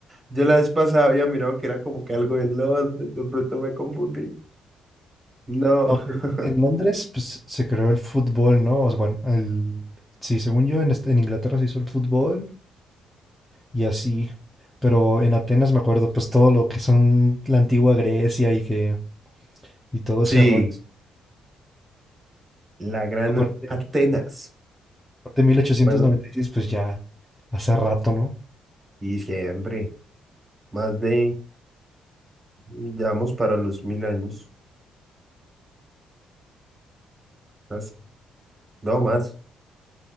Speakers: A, on the right (about 20°); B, in the centre.
A: yo la vez pasada había mirado que era como que algo de Londres, de pronto me confundí. No.
B: No, pe-
A: <laughs>
B: en Londres pues, se creó el fútbol, ¿no? O sea, bueno, el... sí, según yo, en, est- en Inglaterra se hizo el fútbol y así. Pero en Atenas me acuerdo, pues todo lo que son la antigua Grecia y que y todo
A: Sí,
B: ese rollo.
A: la gran
B: Aparte,
A: Atenas.
B: aparte mil ochocientos
A: Bueno,
B: noventa y seis pues ya hace rato, ¿no?
A: y siempre, más de, ya vamos para los mil años. casi. No más,